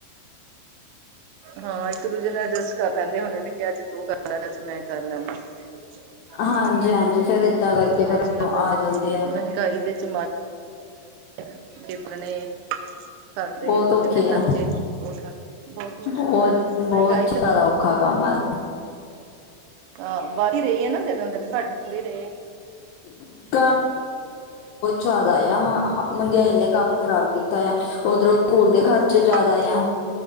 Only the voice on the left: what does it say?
ਹਾਂਜੀ ਹਾਂਜੀ ਫਿਰ ਏਦਾਂ ਕਰਕੇ ਫਿਰ
ਆ ਜਾਂਦੇ ਆ
ਬਹੁਤ
ਔਖੇ
ਆ
ਬਹੁਤ
ਬਹੁਤ
ਜ਼ਿਆਦਾ
ਔਖਾ ਕੰਮ ਆ
<inaudible> ਜਾਦਾ ਆ ਆਹ ਮੈੰਹਗੇਆਈ ਨੇ ਕਾੰਮ ਖ਼ਰਾਬ ਕੀਤਾ ਆ, ਓਦਰੋਂ ਸੂਕੂਲ ਦੇ ਖਰ
ਚੇ ਜਾਦਾ ਆ।